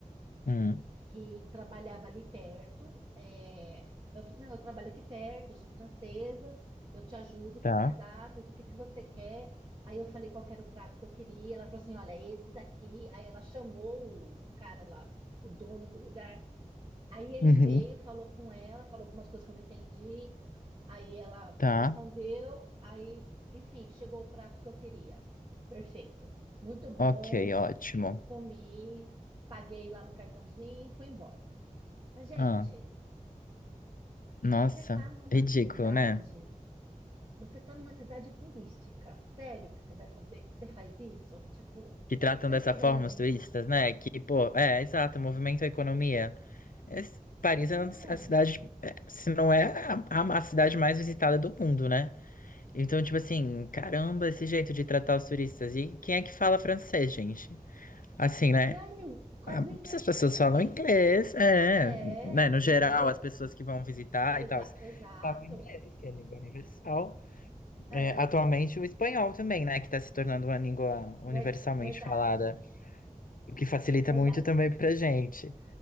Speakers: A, on the left; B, on the right.
A: Hum,
B: que trabalhava ali perto. é, eu falei assim, não, eu trabalho aqui perto, eu sou francesa, eu te ajudo
A: tá.
B: com o cardápio, o que que você quer? Aí eu falei qual que era o prato que eu queria. Ela falou assim, olha, é esse daqui. Aí ela chamou o, o cara lá, o dono do lugar. Aí ele
A: Uhum,
B: veio, falou com ela, falou algumas coisas que eu não entendi. Aí ela
A: tá.
B: respondeu, aí, enfim, chegou o prato que eu queria. Perfeito. Muito bom,
A: Ok, ótimo.
B: comi, paguei lá no cartãozinho, fui embora. Mas, gente,
A: Ah, nossa,
B: você tá numa
A: ridículo,
B: cidade,
A: né?
B: você tá numa cidade turística. Sério que você vai fazer, que você faz isso? Tipo,
A: Que tratam
B: você
A: dessa
B: não quer
A: forma
B: ganhar dinheiro?
A: os turistas, né? Que, pô, é, exato, movimento a economia. Esse- Paris
B: Não,
A: é uma das- a cidade, é, se não é a, a- a cidade mais visitada do mundo, né? Então, tipo assim, caramba, esse jeito de tratar os turistas. E quem é que fala francês, gente? Assim, né?
B: não é nem quase
A: Ah,
B: ninguém,
A: se as pessoas
B: assim.
A: falam inglês, é,
B: É,
A: né? No geral,
B: entendeu?
A: as pessoas que vão visitar
B: Exa-
A: e tal
B: exato.
A: falam inglês, que é a língua universal.
B: É,
A: É, atualmente, o espanhol também, né? Que está se tornando uma língua universalmente
B: verda- verdade,
A: falada, o que facilita
B: verdade.
A: muito também pra gente.